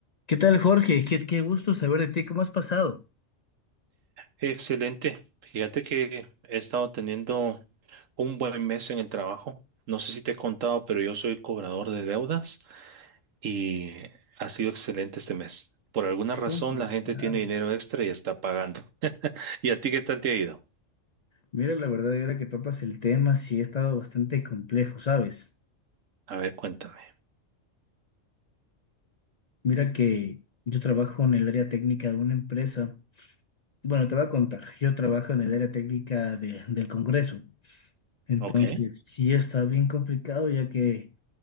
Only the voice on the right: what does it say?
Excelente. Fíjate que he estado teniendo un buen mes en el trabajo. No sé si te he contado, pero yo soy cobrador de deudas y ha sido excelente este mes. Por alguna
razón
la gente tiene dinero extra y está pagando. ¿Y a ti qué tal te ha ido?
A ver, cuéntame.
Ok.